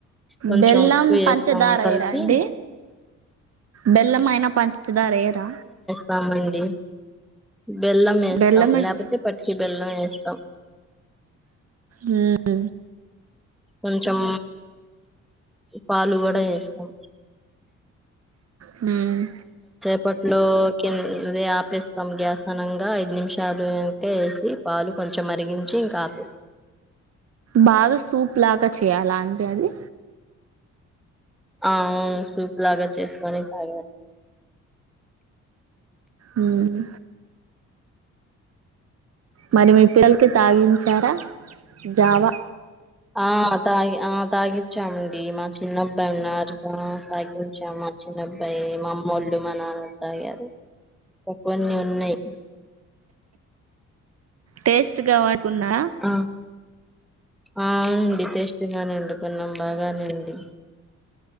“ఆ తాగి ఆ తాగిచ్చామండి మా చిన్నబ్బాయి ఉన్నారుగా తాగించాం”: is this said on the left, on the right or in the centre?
Centre